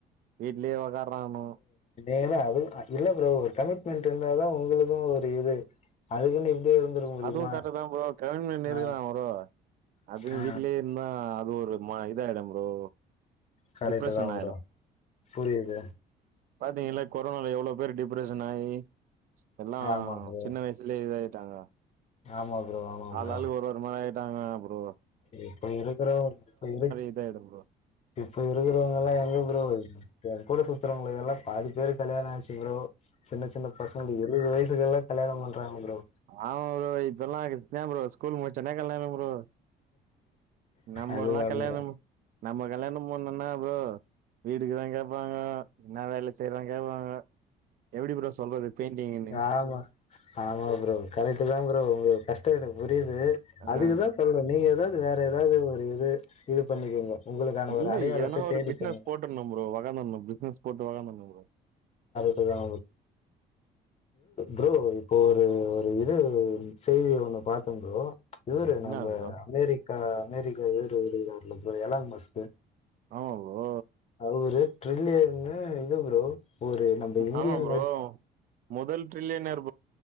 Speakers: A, on the right; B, on the left.
A: வீட்லயே ஒக்கரானும்
B: ஏங்க அது இல்ல ப்ரோ ஒரு கமிட்மெண்ட் இருந்ததா உங்களும் ஒரு இது அதுக்குன்னு இப்டியே இருந்துட முடியுமா
A: அதுவும் கரெட்டுதா ப்ரோ கிளம்பி நின்னுக்கிறா
B: ஆ
A: அது
B: ஆ
A: வீட்லே இருந்தா அது ஒரு மா எந்த இடம் ப்ரோ
B: கரெக்ட்டுதா
A: டிப்ரெஷன்
B: ப்ரோ புரியுது
A: பாத்தீங்ளா கொரோன்ல எவ்வுளோ பேரு டிப்ரெஷன் ஆயி எல்லா
B: ஆமா ப்ரோ
A: சின்ன வயசுலே இதாய்ட்டாங்க
B: ஆமா ப்ரோ ஆமா
A: ஆள்
B: ப்ரோ
A: ஆளுக் ஒரு ஒருமாரி ஆய்ட்டாங்க போ
B: இப்ப இருக்கற ப் இப்ப இரு
A: இதாயிடு ப்ரோ
B: இப்ப இருக்கறவங்கலா எங்க ப்ரோ எங்கூட சுத்துறவங்களுக்கு எல்லாம் பாதி பேருக்கு கல்யாணம் ஆச்சு ப்ரோ சின்ன சின்ன பசங்க இருவது வயஸ் க்கல்லா கல்யாண பண்றாங்க ப்ரோ
A: ஆம ப்ரோ இப்பல்லாம் நா ப்ரோ ஸ்கூல் முடிச்ச ஒடன கல்யாண நம்ல்லாம்
B: அதுதா
A: கல்யாணம்
B: ப்ரோ
A: நம்ம கல்யாணம் போனோம்னா உம் வீடுக்குதான் கேட்பாங்க என்ன வேல செய்றாங்க கேட்பாங்க எப்படி ப்ரோ சொல்றது பெயிண்டிங்கன்னு
B: ஆமா ஆமா ப்ரோ கரெட் தான் ப்ரோ உங்க கஷ்ட தெரியுது அதுக்குதான்
A: ஆ.
B: சொல்றேன் நீங்க எது எதாவது வேற எதாவது ஒரு இது இது பண்ணிக்கோங்க உங்களுக்கான
A: இல்ல
B: ஒரு அடையாளத்த
A: எதனா ஒரு
B: தேடிக்கோங்க
A: பிசினஸ் போட்டுணும் ப்ரோ வளந்துரணும் பிசினஸ் போட்டு வளந்துணும் ப்ரோ
B: இப்ப தா ப்ரோ ஒரு இது ப்ரோ செய்தி ஒண்ணு பாத்தன் ப்ரோ இவரு
A: என்ன
B: நம்ம
A: ப்ரோ
B: அமெரிக்கா ரா அமெரிக்கா வேறு வோர்ல எளாம் மஸ்க்க
A: ஆமா ப்ரோ
B: ஒரு ட்ரில்லியன் இது ஒரு ப்ரோ நம்ம இந்தியன்
A: ஆமா ப்ரோ முதல் டிரில்லியனர்